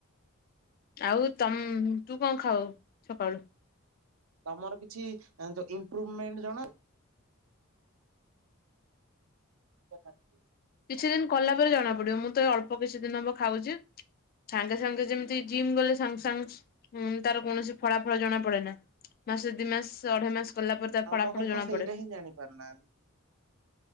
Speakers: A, on the left; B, on the right.
A: ଆଉ ତମ ତୁ କଣ ଖାଉ ସକାଳୁ?
B: ତମର କିଛି ଇମ୍ପରୁଭମେଣ୍ଟ ଜଣା <unintelligible>
A: କିଛି ଦିନ କଲା ପରେ ଜଣା ପଡିବ ମୁଁ ତ ଏଇ ଅଳ୍ପ କିଛି ଦିନ ହବ ଖାଉଛି। ସାଙ୍ଗେ ସାଙ୍ଗେ ଯେମିତି ଜିମ୍ ଗଲେ ସାଙ୍ଗେ ସାଙ୍ଗେ ତାର କୌଣସି ଫଳାଫଳ ଜଣା ପଡେ ନା। ମାସରେ ଦି ମାସ ଅଢେଇ ମାସ ଗଲା ପରେ ତା
B: ଆମ
A: ଫଳା
B: ଘରେ
A: ଫଳ
B: ତ
A: ଜଣାପଡେ।
B: ସେଇଟା ହିଁ ଜାଣି ପାରୁନାହାନ୍ତି।